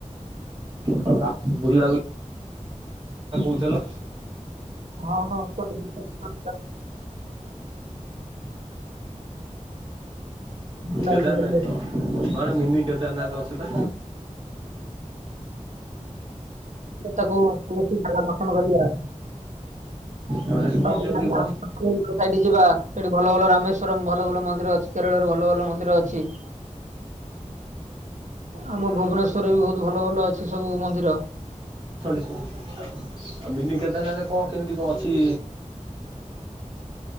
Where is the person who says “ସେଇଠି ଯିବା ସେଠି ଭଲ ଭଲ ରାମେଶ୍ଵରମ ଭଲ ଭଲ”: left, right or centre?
Right